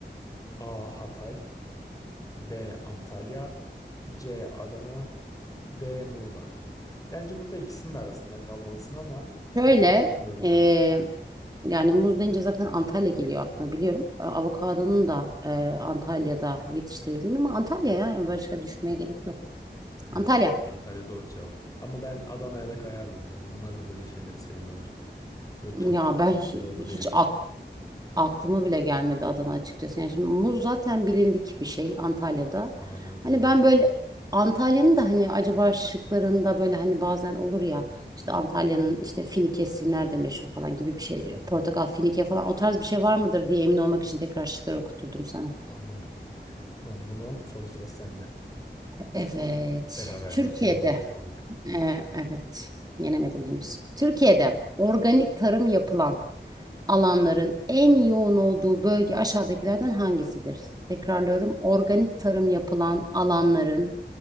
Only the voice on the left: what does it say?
A. Hatay B. Antalya C. Adana D. Muğla. Bence burada ikisinin arasında kalmalısın ama
e, bilmiyorum
artık.
Evet
Ant- Antalya doğru cevap. Ama ben Adana'ya da kayardım biraz. Onlar da böyle şeyleri seviyorlar. Böyle
tropik
bitkiler
orada
da yetişiyor.
Anamurumuzu
diyor.
Hı hı.
Anladım. Anladım o zaman soru sırası sende.
Beraberliği
sürdürüyoruz şu anlık.